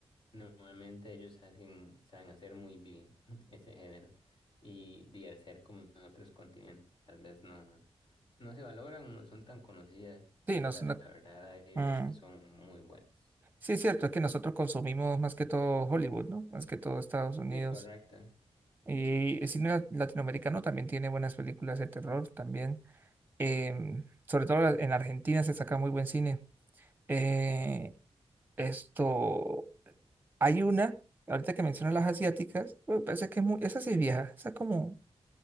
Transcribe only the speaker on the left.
Normalmente ellos hacen, saben hacer muy bien <laughs> ese género. Y de al ser como en otros continentes, tal vez no, no se valoran, no son tan conocidas.
Y
la
verdad hay
unas que son muy buenas.
Sí, correcto.